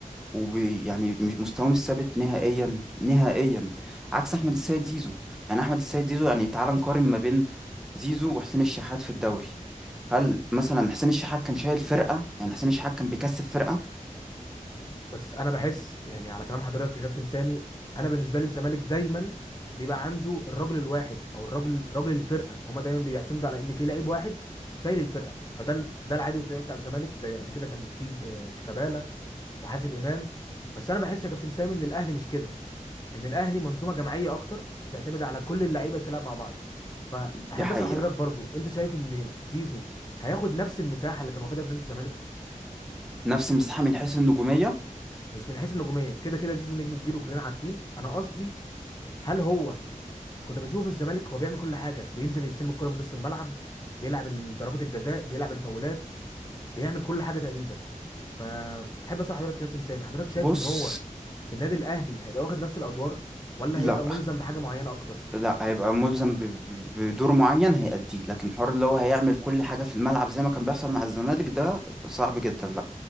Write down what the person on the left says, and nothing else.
بس انا بحس يعني على كلام حضرتك يا كابتن سامي انا بالنسبه لي الزمالك دايما بيبقى عنده الرجل الواحد او الرجل رجل الفرقه هما دايما بيعتمدوا على ان في لعيب واحد شايل الفرقه فده ال- ده العادي والطبيعي بتاع الزمالك زي قبل كده كان في آه، شيكابالا وحازم امام بس انا بحس يا كابتن سامي ان الاهلي مش كده ان الاهلي منظومه جماعيه اكتر بتعتمد على كل اللعيبه اللي بتلعب مع بعض فاحب
اسال حضرتك برضو انت شايف ان زيزو هياخد نفس المساحه اللي كان واخدها في نادي الزمالك
مش من حيث النجوميه كده كده زيزو نجم كبير وكلنا عارفين انا قصدي هل هو كنا بنشوفه في الزمالك هو بيعمل كل حاجه بينزل يستلم الكره من نص الملعب بيلعب ضربات الجزاء بيلعب الفاولات بيعمل كل حاجه تقريبا فاحب اسال حضرتك يا كابتن سامي حضرتك شايف
ان هو في النادي الاهلي هيبقى واخد نفس الادوار ولا
هيبقى ملزم بحاجه معينه اكتر